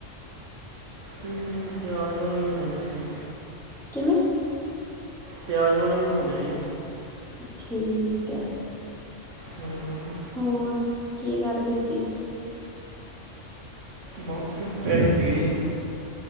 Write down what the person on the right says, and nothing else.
ਹਮ ਪਿਆਜ ਵਾਲੀ ਵੀ ਬਣਾਉਂਦੇ ਨੇ ਜੀ।
ਪਿਆਜ ਵਾਲਾ ਹੀ ਬਣਾਉਂਦੇ ਹਾਂ ਜੀ।
ਹਮ।
ਬਸ ਪੈਰੇ ਸੀਗੇ ਜੀ।